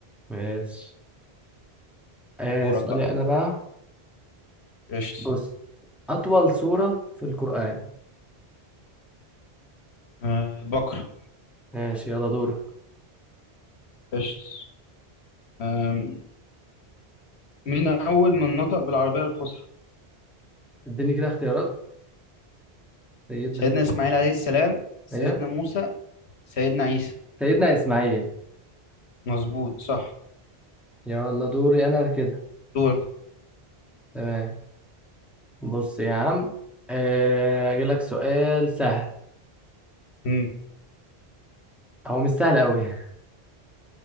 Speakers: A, in the centre; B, on the left.
A: ماشي آه
B: دورك
A: سؤالي
B: بقى
A: انا بقى
B: قشط
A: بص أطول سورة في القرآن
B: آه البقرة
A: ماشي يلا دورك
B: قشط آم، مين أول من نطق بالعربية الفصحى؟
A: اديني كده اختيارات سيدنا
B: سيدنا
A: مين
B: إسماعيل عليه السلام سيدنا
A: أيوه
B: موسى سيدنا عيسى
A: سيدنا إسماعيل
B: مظبوط صح
A: يلا دوري أنا كده
B: دور
A: تمام بص يا عم آه، أجيب لك سؤال سهل
B: مم.
A: هو مش سهل أوي <laughs>